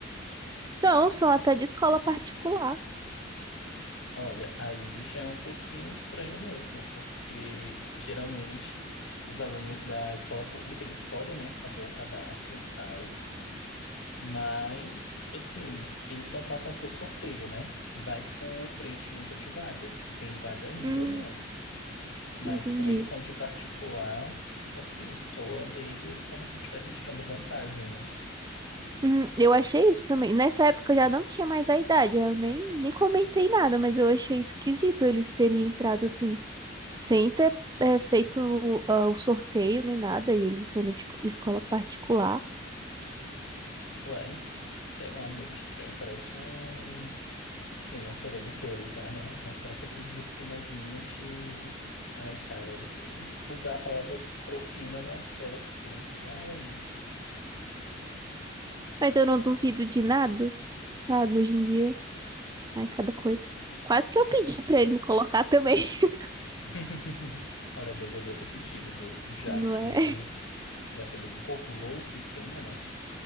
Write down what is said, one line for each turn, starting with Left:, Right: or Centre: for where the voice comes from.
Right: São, são até de escola particular.
Left: Olha, aí já é um pouquinho estranho mesmo, porque geralmente os alunos da escola pública, eles podem, né, fazer o cadastro e tal, mas assim, eles não passam por sorteio, né? Vai por preenchimento de vaga, se tem vaga ainda
Right: Hum,
Left: ou não. Mas
Right: entendi.
Left: como eles são de particular, assim, soa meio como se estivessem tirando vantagem, né?
Right: Hum, eu achei isso também. Nessa época eu já não tinha mais a idade, eu nem, nem comentei nada, mas eu achei esquisito eles terem entrado assim, sem ter é, feito o ah, o sorteio nem nada, e eles sendo de co- escola particular.
Left: Uai, sei lá, meio estranho, parece um Assim, não querendo teorizar, né? Mas parece aqueles esquemazinhos de. Ai, cara, usar a palavra propina não é certo. Ai.
Right: Mas eu não duvido de nada, sabe? Hoje em dia, ai, cada coisa. Quase que eu pedi pra ele me colocar também, <laughs>
Left: <laughs> Olha, deveria ter pedido, viu? Já
Right: não
Left: que,
Right: é?
Left: já que ele burlou o sistema, né?